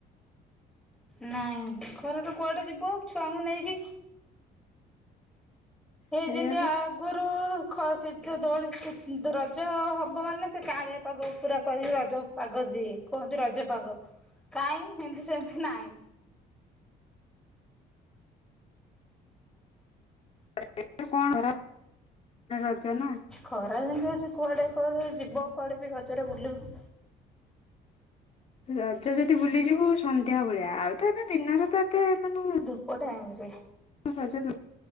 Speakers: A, in the centre; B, on the left (about 40°).
A: ନାଇଁ ଘରର କୁଆଡେ ଯିବ ଛୁଆଙ୍କୁ ନେଇକି ସେଇ
B: ସେଇଆ
A: ଯେମତି
B: ବା
A: ଆଉ ଆଗରୁ ଖ ସେ ଦୋଳି ରଜ ହବ ମାନେ ସେ କାଁଳିଆ ପାଗ ପୁରା କରିବ ରଜ ପାଗ ଦିଏ କୁହନ୍ତି ରଜ ପାଗ କାହିଁ ସେମତି ସେମିତି ନାଇଁ
B: କଣ ଖରା ଅଛ ନା <inaudible>
A: ଖରା ଯେମିତି ହଉଛି କୁଆଡ଼େ କୁଆଡେ ଯିବ କୁଆଡ଼େ ବି ରଜରେ ବୁଲିବ
B: ରଜ ଯଦି ବୁଲିଯିବୁ ସନ୍ଧ୍ୟା ବେଳିଆ ଆଉ ତ ଏବେ ଦିନରେ ତ ଏତେ ମାନେ
A: ଧୂପ ଟାଇମରେ
B: ହଁ <unintelligible>